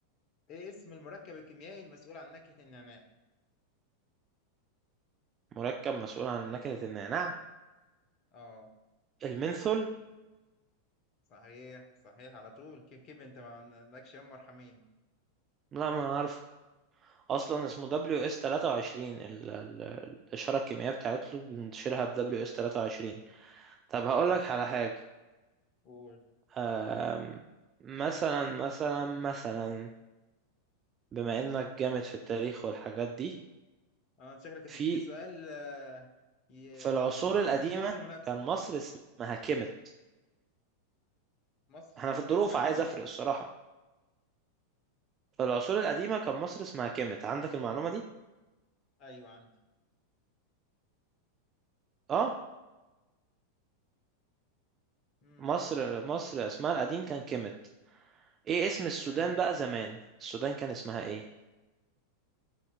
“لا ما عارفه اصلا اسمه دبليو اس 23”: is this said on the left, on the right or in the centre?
Right